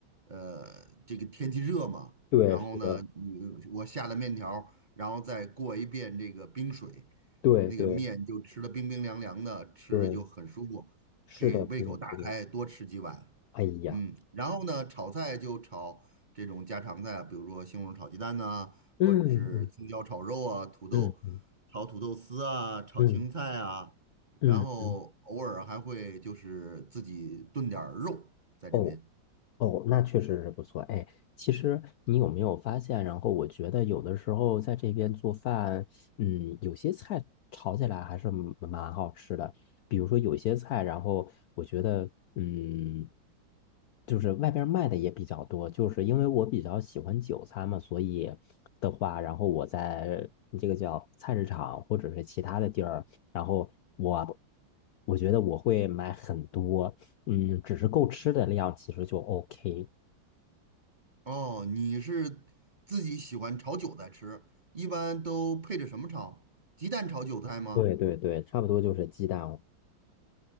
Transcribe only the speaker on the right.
呃这个天气热嘛，
然后呢，
你我下了面条儿然后再过一遍这个冰水，
那个面就吃的冰冰凉凉的，吃着就很舒服，
可以胃口大开，
多吃几碗。
嗯，然后呢，炒菜就炒这种家常菜，比如说西红柿炒鸡蛋呐、
或者是青椒炒肉啊，土豆
炒土豆丝啊，炒青菜啊，
然后偶尔还会就是自己炖点儿肉在这边。
哦，你是自己喜欢炒韭菜吃，一般都配着什么炒？鸡蛋炒韭菜吗？